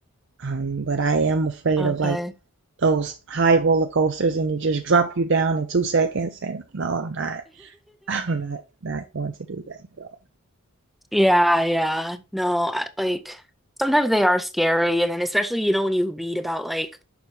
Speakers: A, on the right (about 55°); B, in the centre.
A: Um, but I am afraid
B: Okay.
A: of like
B: <laughs>
A: those high roller coasters and they just drop you down in two seconds and no, I'm not. <laughs> I'm not not going to do that at all.
B: Yeah, yeah. No, I- like sometimes they are scary. And then especially, you know, when you read about like,